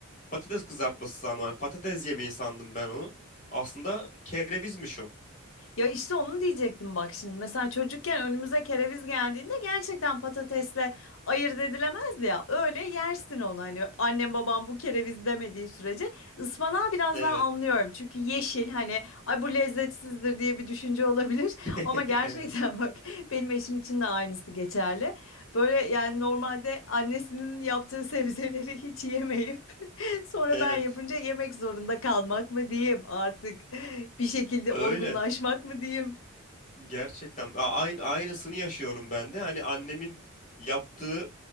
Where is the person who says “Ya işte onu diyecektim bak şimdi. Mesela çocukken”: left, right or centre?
Left